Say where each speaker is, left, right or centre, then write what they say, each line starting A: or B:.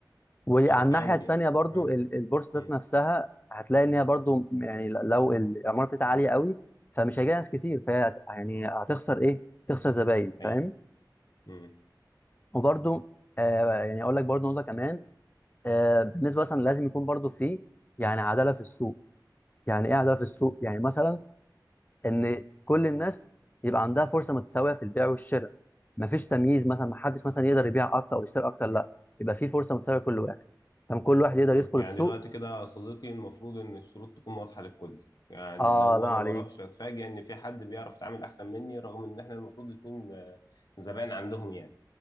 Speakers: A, on the left; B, on the left.
A: وعلى
B: مش هتعامل
A: الناحية التانية
B: يعني
A: برضو
B: اه
A: ال- البورصة
B: امم
A: ذات نفسها هتلاقي إن هي برضو يعني لو العمارة بتاعتها عالية قوي فمش هيجي ناس كتير فهي هت- يعني هتخسر إيه؟ تخسر زباين
B: ايوه
A: فاهم؟
B: امم
A: وبرضو آه يعني أقول لك برضو نقطة كمان آه بالنسبة مثلا لازم يكون برضو في يعني عدالة في السوق يعني إيه عدالة في السوق؟ يعني مثلا إن كل الناس يبقى عندها فرصة متساوية في البيع والشراء مفيش تمييز مثلا محدش مثلا يقدر يبيع أكتر أو يشتري أكتر لا يبقى في فرصة متساوية لكل واحد طب كل واحد يقدر
B: امم
A: يدخل
B: يعني
A: السوق
B: دلوقتي كده يا صديقي المفروض ان الشروط تكون واضحه للكل يعني
A: اه
B: اللي هو
A: الله
B: انا
A: عليك
B: ما اروحش اتفاجئ ان في حد بيعرف يتعامل احسن مني رغم ان احنا المفروض الاثنين زبائن عندهم يعني